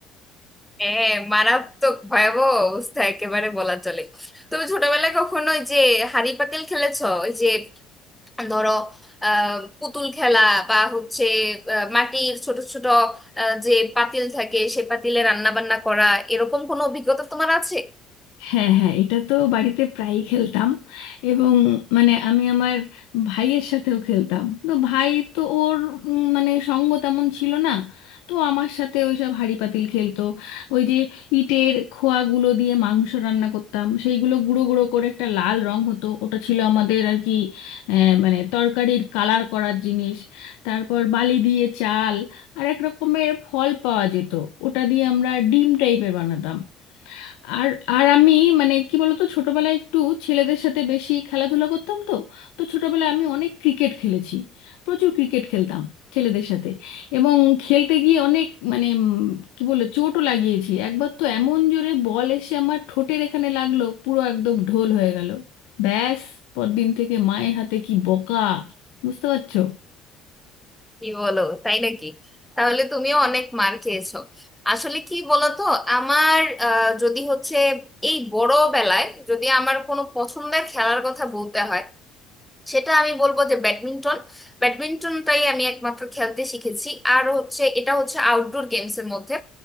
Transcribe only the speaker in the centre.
হ্যাঁ মারাত্মক ভয়াবহ অবস্থা একেবারে বলা চলে তুমি ছোটবেলায় কখনো ওই যে হাঁড়ি পাতিল খেলেছো ওই যে ধরো আহ পুতুল খেলা বা হচ্ছে আহ, মাটির ছোট ছোট আহ, যে পাতিল থাকে সে পাতিলে রান্না বান্না করা এরকম কোনো অভিজ্ঞতা তোমার আছে
কি বলো তাই নাকি তাহলে তুমিও অনেক মার খেয়েছো আসলে কি বলতো আমার আহ, যদি হচ্ছে এই বড় বেলায় যদি আমার কোনো পছন্দের খেলার কথা বলতে হয় সেটা আমি বলবো যে ব্যাডমিন্টন ব্যাডমিন্টনটাই আমি একমাত্র খেলতে শিখেছি আর হচ্ছে এটা হচ্ছে আউটডোর গেমস এর মধ্যে